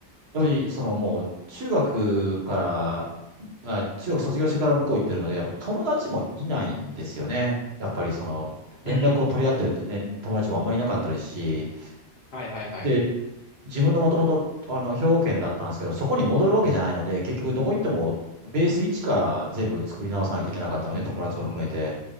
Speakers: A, on the right (about 70°); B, on the left (about 70°).
A: やっぱり、そのもう、中学から、まあ、中学卒業してから向こう行ってるので、やっぱ友達もいないんですよね。やっぱりその、連絡を取り合ってるって、
B: うん。うん。
A: ね、友達もあんまりいなかったですし、
B: はいはいはい。
A: で、自分のもともと、あの、兵庫県だったんですけど、そこに戻るわけじゃないので、結局どこ行っても、ベース1から全部作り直さないといけなかったので、
B: うーん。
A: 友達も含めて。